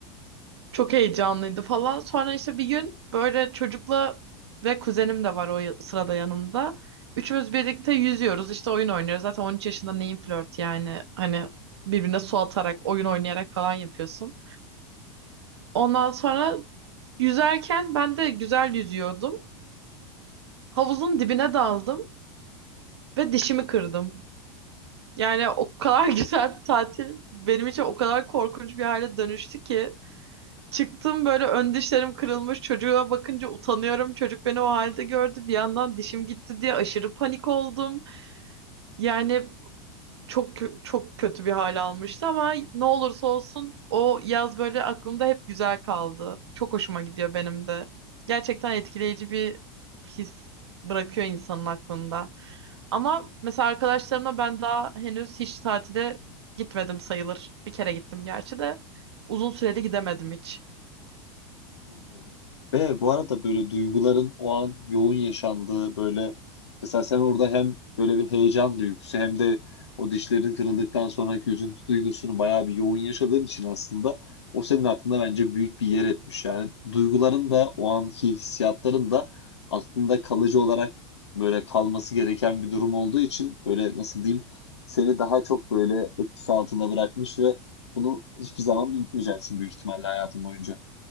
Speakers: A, on the right; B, on the left.
A: Çok heyecanlıydı falan. Sonra işte bir gün böyle çocukla ve kuzenim de var o ya- sırada yanımda. Üçümüz birlikte yüzüyoruz işte oyun oynuyoruz. Zaten 13 yaşında neyin flört yani hani birbirine su atarak, oyun oynayarak falan yapıyorsun. Ondan sonra yüzerken ben de güzel yüzüyordum. Havuzun dibine daldım ve dişimi kırdım. Yani o kadar <laughs> güzel bir tatil benim için o kadar korkunç bir hale dönüştü ki. Çıktım böyle ön dişlerim kırılmış çocuğa bakınca utanıyorum. Çocuk beni o halde gördü. Bir yandan dişim gitti diye aşırı panik oldum. Yani çok kö- çok kötü bir hal almıştı ama ne olursa olsun o yaz böyle aklımda hep güzel kaldı. Çok hoşuma gidiyor benim de. Gerçekten etkileyici bir his bırakıyor insanın aklında. Ama mesela arkadaşlarımla ben daha henüz hiç tatile gitmedim sayılır. Bir kere gittim gerçi de uzun süreli gidemedim hiç.
B: Anladım. Ve bu arada böyle duyguların o an yoğun yaşandığı böyle mesela sen orada hem böyle bir heyecan duygusu hem de o dişlerin kırıldıktan sonraki üzüntü duygusunu bayağı bir yoğun yaşadığın için aslında o senin aklında bence büyük bir yer etmiş. Yani duyguların da o anki hissiyatların da aklında kalıcı olarak böyle kalması gereken bir durum olduğu için böyle nasıl diyeyim seni daha çok böyle etkisi altında bırakmış ve bunu hiçbir zaman unutmayacaksın büyük ihtimalle hayatın boyunca.